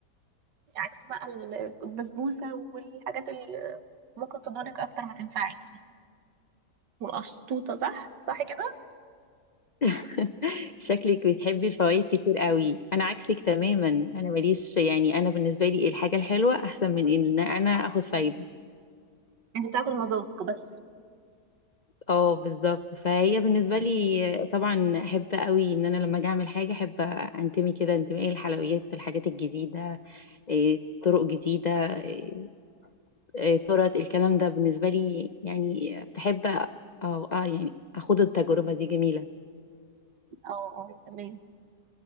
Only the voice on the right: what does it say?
عكس بقى ال- البسبوسة والحاجات اللي ممكن تضرك أكتر ما تنفعك دي والقشطوطة صح صح كده
انت بتاعت المذاق بس
اه
اه تمام